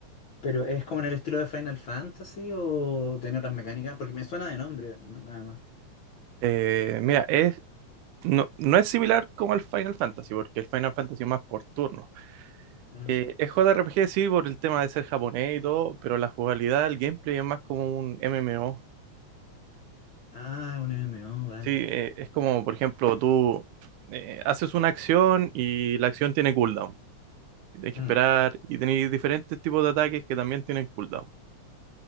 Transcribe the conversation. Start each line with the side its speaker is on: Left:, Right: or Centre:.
Left: Pero es como en el estilo de Final Fantasy o tiene otras mecánicas, porque me suena de nombre, n- nada más.
Right: Eh, mira, es, no, no es similar como al Final Fantasy, porque el Final Fantasy es más por turno.
Left: Ujú.
Right: Eh, es JRPG, sí, por el tema de ser japonés y todo, pero la jugabilidad, el gameplay es más como un MMO.
Left: Ah, un MMO, vale.
Right: Sí, eh, es como, por ejemplo, tú eh, haces una acción y la acción tiene cooldown. Y Tienes que
Left: Mm.
Right: esperar y tenéis diferentes tipos de ataques que también tienen cooldown.